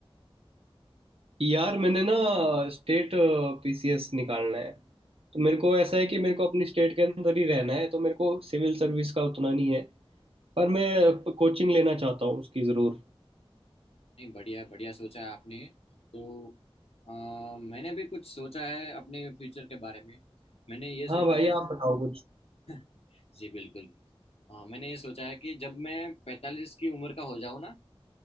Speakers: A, on the right (about 70°); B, on the left (about 80°).
A: यार मैंने ना स्टेट पीसीएस निकालना है तो मेरे को ऐसा है कि मेरे को अपनी स्टेट के अंदर ही रहना है तो मेरे को सिविल सर्विस का उतना नहीं है पर मैं कोचिंग लेना चाहता हूँ उसकी ज़रूर
B: नहीं बढ़िया बढ़िया सोचा है आपने तो अ, मैंने भी कुछ सोचा है अपने फ्यूचर के बारे में मैंने ये सोचा
A: हाँ भाई
B: है कि
A: आप बताओ कुछ
B: <laughs> जी बिल्कुल अ, मैंने ये सोचा है कि जब मैं पैंतालीस की उम्र का हो जाऊँ ना